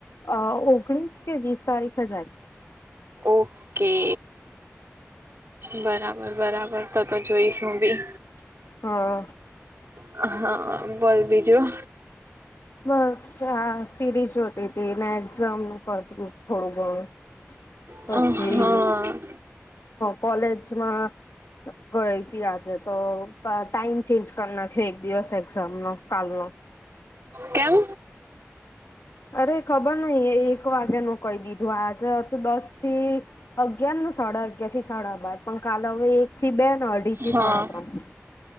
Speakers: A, on the left (about 85°); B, on the right (about 60°).
A: અ ઓગણીસ કે વીસ તારીખે જાય.
B: ઓકે બરાબર બરાબર. તો તો જોઈશું બી.
A: હા
B: હા બોલ બીજું.
A: બસ હા સીરીજ જોતી તી ને એક્ઝામ. કરતી થોડું ગણું. પછી
B: હા
A: કોલેજમાં ગઈ તી આજે. તો ટાઈમ ચેન્જ કરી નાખ્યો એક દિવસ એક્ઝામ નો કાલનો.
B: કેમ?
A: અરે ખબર નઈ એક વાગ્યાનું કહી દીધું આજે હતું દસ થી અગિયારને સાડા અગયાર થી સાડા બાદ પણ કાલ હવે એક થી બે ને અઢી થી
B: હા,
A: સાડા ત્રણ